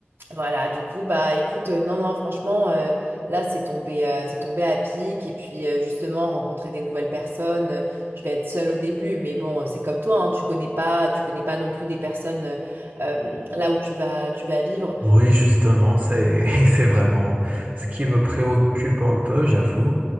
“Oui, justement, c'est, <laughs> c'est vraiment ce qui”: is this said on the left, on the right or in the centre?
Right